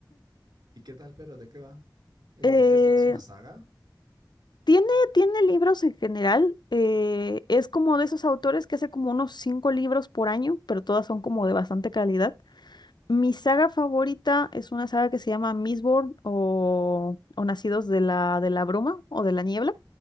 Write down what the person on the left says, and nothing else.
Eh,
tiene, tiene libros en general, eh, es como de esos autores que hace como unos cinco libros por año, pero todas son como de bastante calidad. Mi saga favorita es una saga que se llama Mistborn o, o Nacidos de la, de la Bruma o de la Niebla.